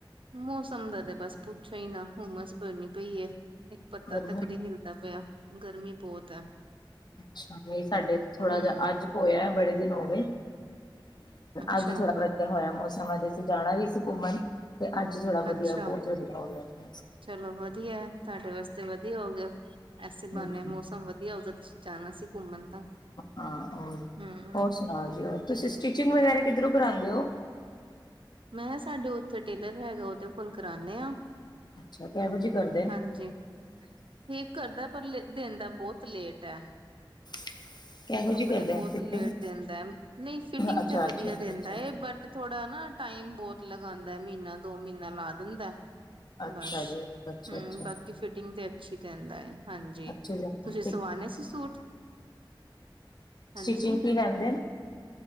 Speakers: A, on the right; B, on the left.
A: ਮੌਸਮ ਦਾ ਤੇ ਬਸ ਪੁੱਛੋ ਹੀ ਨਾ ਹੁਮਸ ਬਨੀ ਪਈ ਹੈ। ਇੱਕ ਪੱਤਾ
B: ਗਰਮੀ
A: ਤੱਕ ਨਹੀਂ ਹਿਲਦਾ ਪਿਆ ਗਰਮੀ ਬਹੁਤ ਹੈ।
B: ਅੱਛਾ ਨਹੀਂ ਸਾਡੇ ਇਥੇ ਥੋੜਾ
A: ਹਮ
B: ਜਿਹਾ ਅੱਜ ਹੋਇਆ ਬੜੇ ਦਿਨ ਹੋਗੇ।
A: ਅੱਛਾ
B: ਅੱਜ ਥੋੜਾ ਵਧੀਆ ਹੋਇਆ ਮੌਸਮ ਅੱਜ ਅਸੀਂ ਜਾਣਾ ਵੀ ਸੀ ਘੁੰਮਣ। ਤੇ ਅੱਜ ਥੋੜਾ
A: ਅੱਛਾ
B: ਵਧੀਆ ਬਹੁਤ ਵਧੀਆ ਹੋ ਗਿਆ ਮੌਸਮ
A: ਚਲੋ ਵਧੀਆ ਤੁਹਾਡੇ ਵਾਸਤੇ ਤੇ ਵਧੀਆ ਹੋ ਗਿਆ। ਐਸੇ ਬਹਾਨੇ
B: ਹੂੰ
A: ਮੌਸਮ ਵਧੀਆ ਹੋ ਗਿਆ ਤੁਸੀਂ ਜਾਣਾ ਸੀ ਘੁੰਮਣ। ਤਾਂ
B: ਹਾਂ ਹੋਰ।
A: ਹੂੰ।
B: ਹੋਰ ਸੁਣਾਓ ਜੀ ਹੋ ਤੁਸੀ ਸਟਿਚਿੰਗ ਵਗੈਰਾ ਕਿਧਰੋ ਕਰਾਂਦੇ ਹੋ।
A: ਮੈਂ ਸਾਡੇ ਉੱਥੇ ਟੇਲਰ ਹੈਗਾ ਉਹਦੇ ਕੋਲ ਕਰਾਣੇ ਆ।
B: ਹ <unintelligible> ਅੱਛਾ ਕੇਹੋ ਜੀ ਕਰਦੇ ਹ।
A: ਹਾਂਜੀ। ਠੀਕ ਕਰਦਾ ਪਰ ਦਿੰਦਾ ਬਹੁਤ ਲੇਟ ਐ
B: <inaudible>
A: ਕੱਪੜੇ ਬਹੁਤ
B: ਸਟਿਚਿੰਗ
A: ਲੇਟ ਦਿੰਦਾ ਐ, ਨਹੀਂ ਫਿਟਿੰਗ
B: ਅੱਛਾ
A: ਤੇ ਵਧੀਆ
B: ਅੱਛਾ ਅੱਛਾ
A: ਦਿੰਦਾ
B: ਅੱਛਾ
A: ਐ, ਬਟ ਥੋੜਾ ਨਾ ਟਾਈਮ ਬਹੁਤ ਲਗਾਉਂਦਾ, ਮਹੀਨਾ, ਦੋ ਮਹੀਨਾ ਲਾ ਦਿੰਦਾ।
B: ਅੱਛਾ
A: ਬਸ।
B: ਜੀ ਅੱਛਾ
A: ਹੂੰ,
B: ਅੱਛਾ
A: ਬਾਕੀ ਫਿਟਿੰਗ ਤੇ ਅੱਛੀ ਦਿੰਦਾ ਐ। ਹਾਂਜੀ,
B: ਅੱਛਾ ਜੀ
A: ਤੁਸੀਂ ਸਵਾਉਣੇ ਸੀ ਸੂਟ? ਹਾਂਜੀ।
B: ਸਟੀਚਿੰਗ ਕੀ ਲੈਂਦੇ?